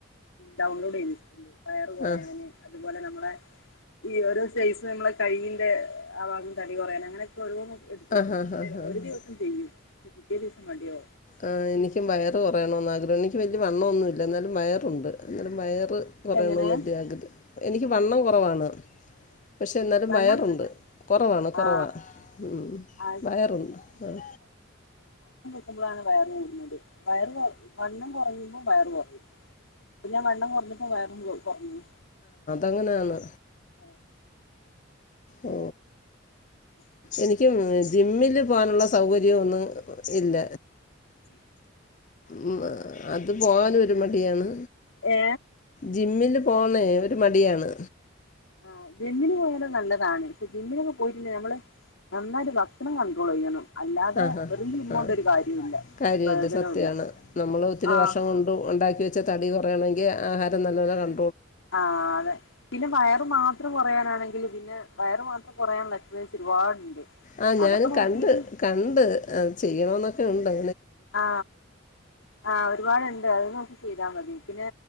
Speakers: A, on the left; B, on the left.
A: ഡൗൺലോഡ് ചെയ്തിച്ചിട്ടുണ്ട് വയർ കുറയാന്
B: ആഹ്
A: അ അതുപോലെ നമ്മള ഈ ഓരോ സയ്സ് നമ്മള കയിന്റെ വാങ്ങ തടി കുറയാൻ അങ്ങനെയൊക്കെള്ള എടുത്തക്കക്ഷെ
B: ആഹ് ആഹ് ആഹ് ആഹ്
A: ഒരു ദിവസം ചെയ്യും ത് പിറ്റേ ദിവസം മണ്ടയോ
B: ആ എനിക്കും വയറ് കുറയണന്ന് ആഗ്രഹം എനിക്ക് വല്യ വണ്ണമൊന്നുമില്ല എന്നാലും വയറുണ്ട് എന്നാലും വയർ കുറയണമെന്ന്
A: എങ്ങനെ
B: ലിയ ആഗ്ര വണ്ണം കുറവാണ് പക്ഷെ എന്നാലും
A: വണ്ണം
B: വയറുണ്ട് കുറവാണ് കുറവാണ്
A: ആ
B: ഉം
A: ആ
B: വയറുണ്ട് ആ
A: ന്പോളാണ് വയർകൂടുന്നത് വയറ് കുറ വണ്ണം കുറയുമ്പോ വയറ് കുറയും ഇ ഞാൻ വണ്ണം കുറഞ്ഞപ്പോ വയറും കുറഞ്ഞ
B: അങ്ങനാണ്
A: ആ
B: ഓ എനിക്കും ജിമ്മില് പോനുള്ള സൗകര്യം ഒന്നും ഇല്ല ഉം അത് പോകാനും ഒരു മണി അവിടെയാണ്
A: ഏ
B: ജിമ്മില് പോണ ഒരു മടിയാണ്
A: ആ ജിമ്മിന് പോന്നത് നല്ലതാണ് പക്ഷ ജിമ്മിനൊക്കെ പോയിട്ടുണ്ടെങ്കിൽ നമ്മള് നന്നായിട്ട് ഭക്ഷണം കണ്ട്രോൾ ചെയ്യണം അല്ലാതെ
B: അ ആ
A: വെറും ജിമ്മോണ്ട്
B: ആ
A: ഒരു കാര്യവുല്ല
B: കാര്യില്ല
A: പ്രയോജനവുല്ല
B: സത്യാണ് നമ്മള് ഒത്തിരി
A: ആഹ്
B: വർഷം കൊണ്ട് ഉണ്ടാക്കി വെച്ച തടി പറയയാണെങ്കിൽ ആഹാരം നല്ലോലെ കൺ
A: ആഹ് അതെ പിന്നെ വയറ് മാത്രം കുറയാനാണെങ്കിൽ പിന്നെ വയറ് മാത്രം കുറയുള്ള എക്സൈസ് ഒരുപാടുണ്ട്
B: ആ
A: അതൊക്കെ
B: ഞാന്
A: നോക്കിട്ട്
B: കണ്ട് കണ്ട് അത് ചെയ്യണന്നൊക്കെ ഉം ഉണ്ടെ
A: ആ ആ ഒരുപാടുണ്ട് അത് നോക്കി ചെയ്താൽ മതി പിന്നെ